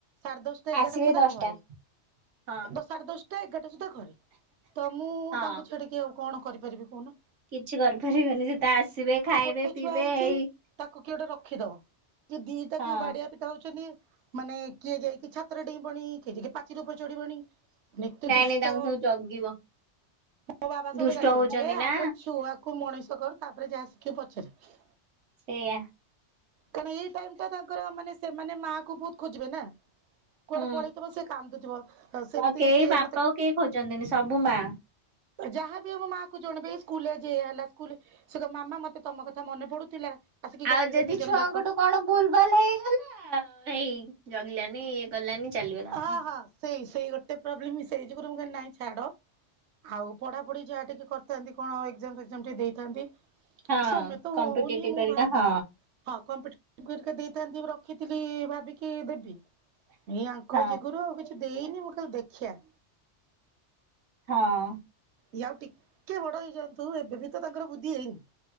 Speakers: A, on the right; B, on the right.
A: ସାଢେ ଦଶଟା ଏଗାରଟା
B: ଆସିବେ
A: ସୁଦ୍ଧା
B: ଦଶଟା
A: ଘରେ।
B: ହଁ
A: ସାଢେ ଦଶଟା ଏଗାରଟା ସୁଦ୍ଧା ଘରେ ତ ମୁଁ
B: ହଁ
A: ତାଙ୍କୁ ଛାଡିକି ଆଉ କଣ କରିପାରିବି କୁହନ?
B: କିଛି କରିପାରିବନି ସେ ତା ଆସିବେ ଖାଇବେ
A: ଗୋଟେ
B: ପିଇବେ
A: ଛୁଆ ହେଇଛି
B: ଏଇ
A: ତାକୁ କିଏ ଗୋଟେ ରଖିଦବ କି ଦିଟା
B: ହଁ
A: ଯୋଉ ବାଡିଆ ସେଟା ହଉଚନ୍ତି ମାନେ କିଏ ଯାଇକି ଛାତ୍ର ଡେଇଁବଣି କିଏ ଯାଇକି ପାଚିରି ଉପରେ ଚଢିବଣି। ଏତେ
B: ନାଇଁ
A: ଦୁଷ୍ଟ
B: ନାଇଁ ତାଙ୍କୁ ସବୁ ଜଗିବ
A: ମୋ ବାବା ସବଳ
B: ଦୁଷ୍ଟ
A: ଗାଳି
B: ହଉଛନ୍ତି
A: କରନି ଏ
B: ନା
A: ଆଗ ଛୁଆ କୁ ମଣିଷ କର ତାପରେ ଯାହା ଶିଖି ପଛରେ।
B: ସେଇଆ।
A: କାରଣ ଏଇ ଟାଇ ଟା ତାଙ୍କର ମାନେ ସେମାନେ ମାଆ କୁ ବହୁତ ଖୋଜିବେ ନା। କୁଆଡେ
B: ହୁଁ
A: ପଳେଇଥିବ ସେ କାନ୍ଦୁଥିବ ସେମିତି
B: ଆଉ କେହି
A: ସିଏ
B: ବାପାକୁ
A: ମତେ
B: କେହି ଖୋଜନ୍ତିନି ସବୁ ମା
A: ଯାହାବି ଆମ ମା କ ଜଣିବ ଏଇ ସ୍କୁଲ ଯ ହେଲା ସ୍କୁଲ ସେ କ ମାମା ମତେ ତମ କଥା ମନେ ପଡୁଥିଲା ଆସିକି
B: ଆଉ
A: ଗପିବେ।
B: ଯଦି
A: ଦି ଜଣ
B: ଛୁଆଙ୍କଠୁ
A: ଯାକ।
B: କଣ ବୁଲ ଭଲ ହେଇଗଲା ଆଉ ହେଇ ଜଗିଲାନି ଗଲା ନି ଚାଲିବ ତାଙ୍କର।
A: ହଁ ହଁ ସେଇ ସେଇ ଗୋଟେ ପ୍ରୋବ୍ଲେମ ହଁ ସେଇ ଯୁରୁ ମୁ ନହିଁ ଛାଡ। ଆଉ ପଢାପଢି ଯାହା ଟିକେ କରିଥାନ୍ତି କଣ ଏ ଫ ଟିକେ ଦେଇଥାନ୍ତି।
B: ହଁ
A: ସମେ ତ
B: କମ୍ପିଟେଟିଭ
A: ହଉନି ମୁଁ
B: ପରିକା
A: ଭାବିଚି
B: ହଁ
A: ହଁ କ କରିକ ଦେଇଥାନ୍ତି ରଖିଥିଲି ଭାବିକି ଦେବି ଏ ଆ ଙ୍କ
B: ହଁ
A: ଯୋଗୁରୁ ଆଉ କିଛି ଦେଇନି ମୁଁ କ ଦେଖିଆ।
B: ହଁ।
A: ଇଏ ଆଉ ଟିକେ ବଡ ହେଇଯାଆନ୍ତୁ ଏବେ ବି ତ ତାଙ୍କର ବୁଦ୍ଧି ହେଇନି।